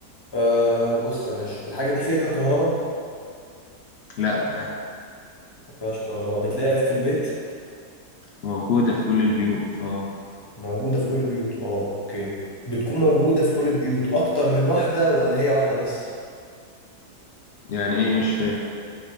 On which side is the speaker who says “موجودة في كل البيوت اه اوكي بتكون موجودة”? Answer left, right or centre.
Left